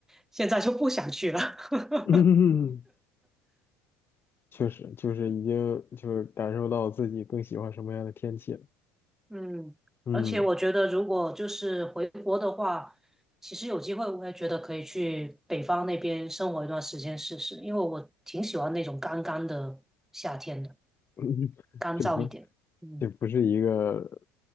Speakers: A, in the centre; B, on the left.
A: 现在就不想去了。<laughs>
B: <laughs> 嗯，确实就是已经就是感受到自己更喜欢什么样的天气了，
A: 嗯，
B: 嗯，
A: 而且我觉得，如果就是回国的话，其实有机会，我也觉得可以去北方那边生活一段时间试试，因为我挺喜欢那种干干的夏天的，
B: <laughs> 嗯这不
A: 干燥一点。嗯，
B: 这不是一个